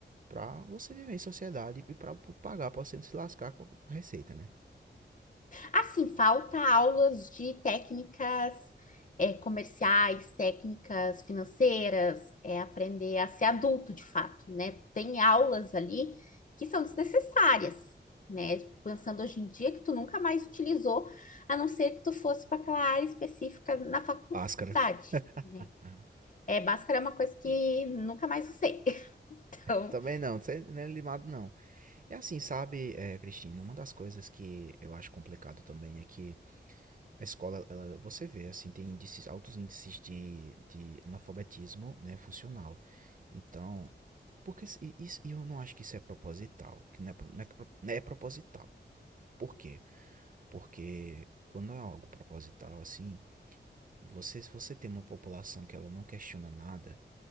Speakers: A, on the right; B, on the left.
A: pra você viver em sociedade e pra pagar, pra você não se lascar com a receita, né?
B: Assim, falta aulas de técnicas é, comerciais, técnicas financeiras, é, aprender a ser adulto de fato, né? Tem aulas ali que são desnecessárias, né? Pensando hoje em dia que tu nunca mais utilizou, a não ser que tu fosse para aquela área específica na faculdade,
A: Máscara.
B: né?
A: Ah.
B: É, Bhaskara é uma coisa que nunca mais usei. <laughs> Então,
A: Também não, não é limado não. E assim, sabe, é, Cristina, uma das coisas que eu acho complicado também é que A escola, ela, você vê, assim, tem índices, altos índices de, de analfabetismo, né, funcional. Então, porque se- isso, e eu não acho que isso é proposital, que não é, pro- não é, que pro- não é proposital. Por quê? Porque quando é algo proposital, assim, você, se você tem uma população que ela não questiona nada